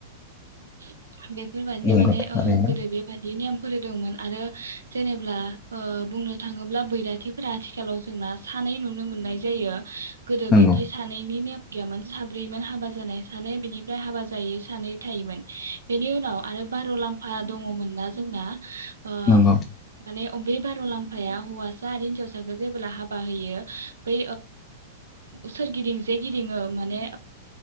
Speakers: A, on the right; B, on the left.
A: <unintelligible> बेफोरबादिनो
B: नंगौ
A: माने
B: थारैनो
A: गोदो बेबायाद <unintelligible> नेम फोरोदोंमोन आरो जेनेब्ला ओ बुंनो थाङोब्ला बैराथिफोरा आथिखालाव जोंना सानै नुनो मोननाय जायो गोदो
B: नंगौ
A: बिदि सानैनि ने गैयामोन साब्रैमोन हाबा <unintelligible> जानाय सानै बिनिफ्राय हाबा जायै सानै थायोमोन बेनि उनाव आरो बार' लाम <unintelligible> ओ दङमोनना जोंना अ
B: नंगौ
A: माने बे बार' लाम्फाया हौवासा आरो हिन्जावसाखौ जेबोब्ला हाबा होयो बै सोरगिदिं जे गिदिङो माने